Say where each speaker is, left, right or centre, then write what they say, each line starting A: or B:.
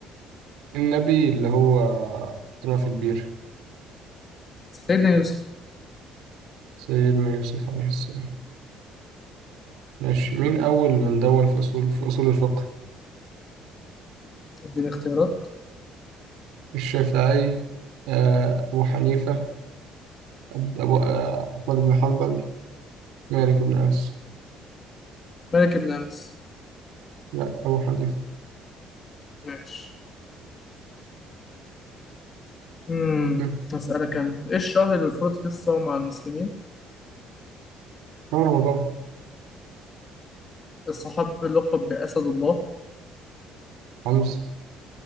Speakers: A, on the right; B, on the left.
A: النبي اللي هو اترمى في البير
B: سيدنا يوسف
A: سيدنا يوسف عليه السلام ماشي مين أول من دون في أصول في أصول الفقه
B: اديني اختيارات
A: الشافعي آه، أبو حنيفة أب- أبو آه، أحمد بن حنبل مالك بن أنس
B: ملك بن أنس
A: لا أبو حنيفة
B: ماشي امم
A: مم.
B: هسألك أنا إيه الشهر اللي فرض فيه الصوم على المسلمين
A: هو رمضان
B: الصحابي اللقب بأسد الله
A: حمزة